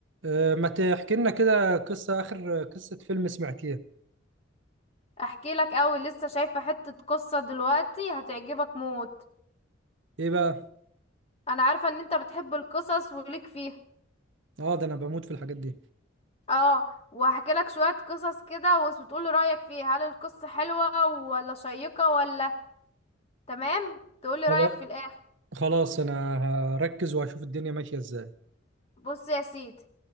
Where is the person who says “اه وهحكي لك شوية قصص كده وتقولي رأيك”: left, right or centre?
Left